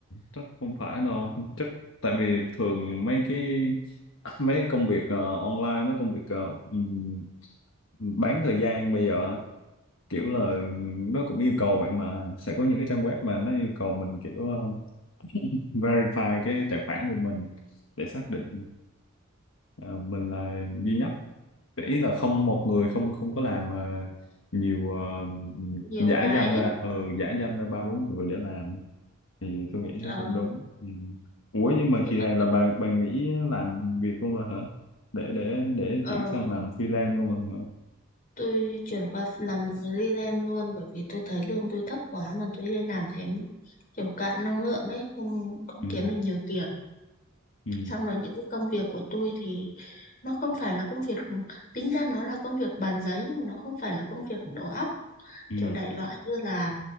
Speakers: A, on the left; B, on the left.
A: chắc không phải đâu chắc tại vì thường mấy cái mấy công việc ờ, online mấy công việc ờ, ừm, bán thời gian bây giờ á, kiểu là nó cũng yêu cầu vậy mà sẽ có những cái trang web mà nó yêu cầu mình kiểu ờ, verify cái tài khoản của mình để xác định ờ, mình là duy nhất để ý là không một người không không có làm ờ, nhiều ờ,
B: <laughs> nhiều
A: giả
B: cái
A: danh ra
B: ấy.
A: ừ, giả danh ra ba
B: Ừ,
A: bốn người để làm thì tôi nghĩ nó
B: ờ,
A: cũng đúng ừ. Ủa nhưng mà
B: nhưng
A: kỳ
B: mà
A: này là
B: tôi
A: bà bà nghĩ làm việc luôn rồi hả để để để
B: ờ,
A: chuyển sang làm freelance luôn rồi hả
B: tôi chuyển qua làm freelance luôn bởi vì tôi thấy lương tôi thấp quá mà tôi đi làm thế kiểu cạn năng lượng ấy không không
A: ừ.
B: kiếm được nhiều tiền
A: Ừ.
B: xong rồi những cái công việc của tôi thì nó không phải là công việc tính ra nó là công việc bàn giấy nhưng mà nó không phải là công việc đầu óc
A: Ừ.
B: kiểu đại loại như là